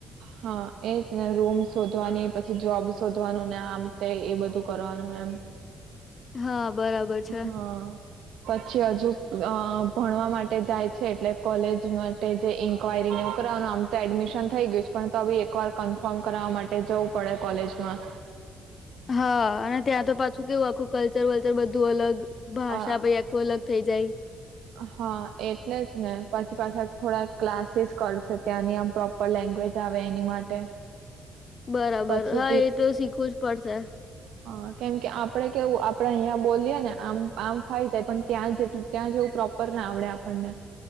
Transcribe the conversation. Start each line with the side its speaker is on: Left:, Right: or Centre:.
Right: હા એજ ને રૂમ શોધવાની પછી જોબ શોધવાનું ને આમ તે એ બધું કરવાનું એમ
Left: હા બરાબર છે
Right: હા પછી હજુ અ? ભણવા માટે જાય છે એટલે. કોલેજ માટે જે. ક્યાંઈ ન એવું કરવાનું આમ તો એડમિશન. થઈ ગયું છે પણ તવી એક કોર કન્ફર્મ કરવા માટે એ જવું પડે કોલેજમાં.
Left: હા અને ત્યાં તો પાછું કેવું આખું કલ્ચર વલ્ચર બધું અલગ. ભાષા
Right: અ
Left: ભાઈ આખું અલગ થઈ. એ જાય.
Right: હા એટલે જ ને પછી પાછા થોડા ક્લાસીસ કરશે ત્યાંની આમ પ્રોપર લેંગ્વેજ આવે એની માટે?
Left: બરાબર
Right: પછી
Left: હા એ તો શીખવું જ પડશે?
Right: હ કેમ કે આપડે કેવું આપડે અહિયાં બોલીએ ને આમ આમ ફાઈ જાય પણ ત્યાં જેટલુ ત્યાં જેવું પ્રોપર ના આવડે આપણને